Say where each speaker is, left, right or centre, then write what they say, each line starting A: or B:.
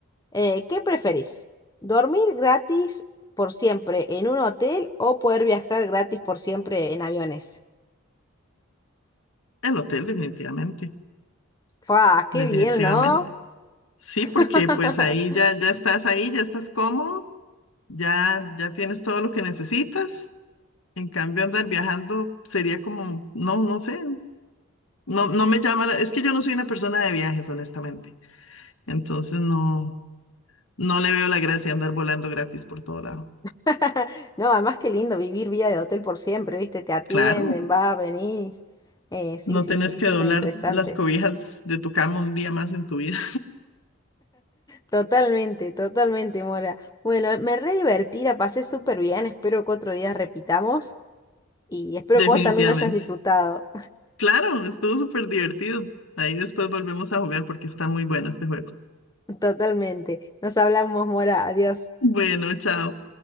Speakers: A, on the left (about 15°); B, on the left (about 75°).
A: Eh, ¿qué preferís? ¿Dormir gratis por siempre en un hotel o poder viajar gratis por siempre en aviones?
B: El hotel, definitivamente,
A: ¡Fua! ¡Qué
B: definitivamente.
A: bien, ¿no?
B: Sí,
A: <laughs>
B: porque pues ahí ya, ya estás ahí, ya estás cómodo, ya, ya tienes todo lo que necesitas. En cambio, andar viajando sería como, no, no sé, no, no me llama la- es que yo no soy una persona de viajes, honestamente. Entonces no, no le veo la gracia andar volando gratis por todo lado.
A: <laughs> No, además qué lindo vivir vida de hotel por siempre, ¿viste? Te atienden,
B: Claro,
A: va, venís. Eh, sí,
B: no
A: sí,
B: tenés
A: sí,
B: que
A: súper
B: doblar
A: interesante.
B: las cobijas de tu cama un día más en tu vida,
A: Totalmente, totalmente, Mora. Bueno, me re divertí, la pasé súper bien. Espero que otro día repitamos y espero
B: <laughs> definitivamente.
A: que vos también lo hayas disfrutado.
B: Claro, estuvo súper divertido. Ahí después volvemos a jugar porque está muy bueno este juego.
A: <laughs> Totalmente. Nos hablamos, Mora. Adiós.
B: Bueno, chao.